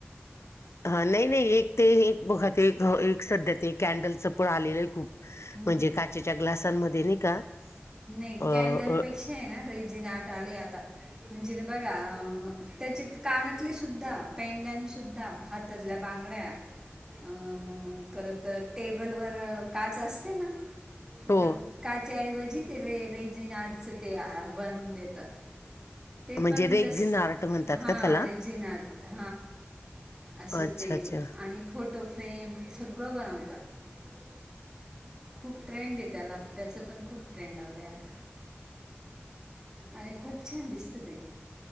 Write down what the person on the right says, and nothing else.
न-
नाही
कॅन्डल
पेक्षा आहे ना रेजीन आर्ट आले आता म्हणजे बघा त्याची कानातली सुद्धा पेडन सुद्धा हात ततल्या बांगड्या अ परत टेबल वर काच असते ना
तर काच्या ऐवजी ते रे रेज इन आर्टच ते बनवून देतात ते
पण
जस
हा
रेजिन आर्ट असं
ते
आणि फोटो फ्रेम सगळं बनवतात खूप ट्रेंड आहे त्याला त्याच पण खूप ट्रेंड आलाय आता आणि खूप छान दिसत ते